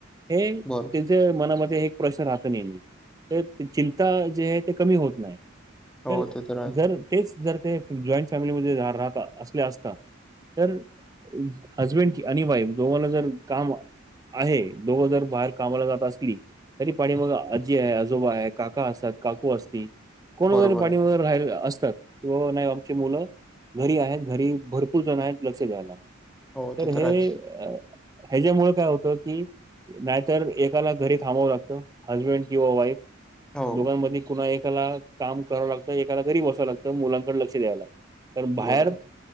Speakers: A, on the right; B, in the centre.
A: हे त्यां
B: बरो
A: च मनामध्ये एक प्रश्न राहत नेहमी, तर चिंता जे आहे ते कमी होत नाही.
B: हो
A: तर
B: ते आहे
A: जर, तेच जर ते जॉईंट फॅमिलीमध्ये राहता असले असता पण हजबेंड की आणि वाईफ जो जर काम आहे, दोघं जर बाहेर कामाला जात असतील तरी पाणी मग आजी आहे, आजोबा आहे, काका आसतात, काकू असतील कोण
B: बरोबर
A: वगैरे, पाणी
B: आहे
A: वगैरे राहि असतात. कि बाबा नाही आमचे मुलं घरी आहेत, घरी भरपूर जण आहेत लक्ष द्यायला.
B: हो
A: तर
B: ते
A: हे
B: आहेच.
A: अ ह्याच्यामुळ काय होतं की नाहीतर, एकाला घरी थांबावं लागत, हसबेंड किंवा वाईफ
B: हो,
A: दोघांमधी कुन्हा एकाला काम करावं लागतं, एकाला घरी बसावं लागतं, मुलांकडे लक्ष द्याव लागत. तर बाहेर
B: बरोबर.